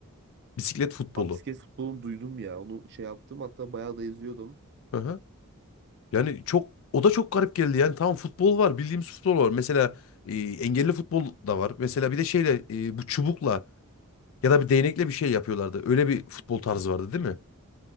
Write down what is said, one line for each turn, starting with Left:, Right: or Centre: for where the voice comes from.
Left: Bisiklet futbolu.
Right: Abi bisiklet futbolunu duydum ya. Onu şey yaptım hatta bayağı da izliyordum.
Left: Hı hı. Yani çok o da çok garip geldi. Yani tamam futbol var. Bildiğimiz futbol var. Mesela e, engelli futbol da var. Mesela bir de şeyle e, bu çubukla ya da bir değnekle bir şey yapıyorlardı. Öyle bir futbol tarzı vardı değil mi?